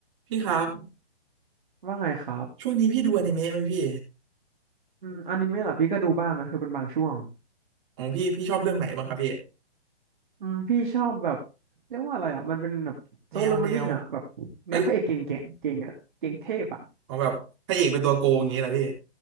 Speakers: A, on the right (about 25°); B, on the right (about 50°).
A: พี่ครับ
B: ว่าไงครับ
A: ช่วงนี้พี่ดูอนิเมะไหมพี่
B: อืมอนิเมะเหรอพี่ก็ดูบ้างนะคือเป็นบางช่วง
A: ของพี่พี่ชอบเรื่องไหนบ้างครับพี่
B: อืมพี่ชอบแบบเรียกว่าอะไรอ่ะมันเป็นแบบโซโลเลเวลลิ่งอ่ะแบบแนวพระเอกเก่งเก่งเก่งอ่ะเก่งเทพอ่ะ
A: แนวแนวเอ้ยของแบบพระเอกเป็นตัวโกงอย่างงี้เหรอพี่